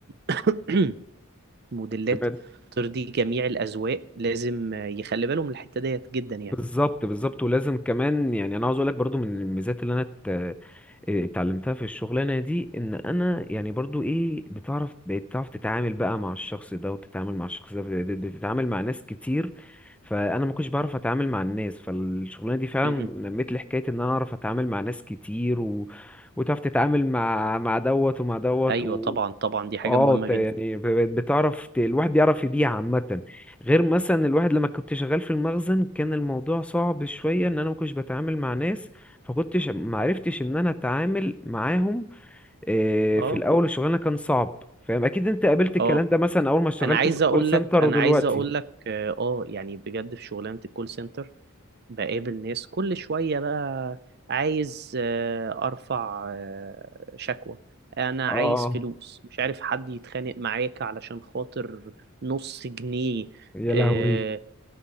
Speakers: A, on the right; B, in the centre.
A: <clears throat> موديلات
B: مم.
A: ترضي جميع الأذواق لازم آه، يخلي باله من الحتة ديت جدا
B: بالظبط بالظبط ولازم كمان يعني انا عاوز اقول لك برضو من الميزات اللي انا ات- آه، اتعلمتها في الشغلانه دي ان انا يعني برضو ايه بتعرف بتعرف تتعامل بقى مع الشخص ده وتتعامل مع الشخص ده بت- بتتعامل مع ناس كتير فانا ما كنتش بعرف اتعامل مع الناس فالشغلانه دي فعلا
A: يعني
B: نمت لي حكايه ان انا اعرف اتعامل مع ناس كتير و... وتعرف تتعامل مع مع دوت ومع دوت
A: ايوه طبعا طبعا دي حاجه
B: اه
A: مهمه
B: بت-
A: جدا
B: يعني ب- بقت بتعرف ت- الواحد بيعرف يبيع عامة غير مثلا الواحد لما كنت شغال في المخزن كان الموضوع صعب شوية ان انا ما كنتش بتعامل مع ناس فكنتش ما عرفتش ان انا اتعامل معاهم آه،
A: اه
B: في الاول الشغلانة كان صعب فاهم اكيد انت قابلت الكلام
A: اه
B: ده مثلا اول ما اشتغلت
A: انا عايز
B: في الكول
A: اقول
B: سنتر
A: لك انا
B: ودلوقتي
A: عايز اقول لك اه آه، يعني بجد في شغلانه الكول سنتر بقابل ناس كل شويه بقى عايز آه، ارفع آه، شكوى انا
B: اه
A: عايز فلوس مش عارف حد يتخانق معاك علشان خاطر نص جنيه
B: يا
A: آه،
B: لهوي